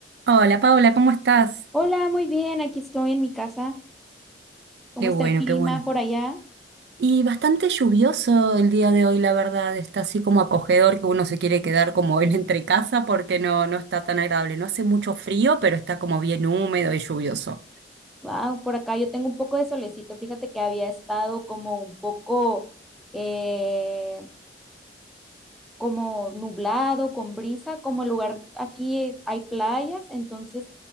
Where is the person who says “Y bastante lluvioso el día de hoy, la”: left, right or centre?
Right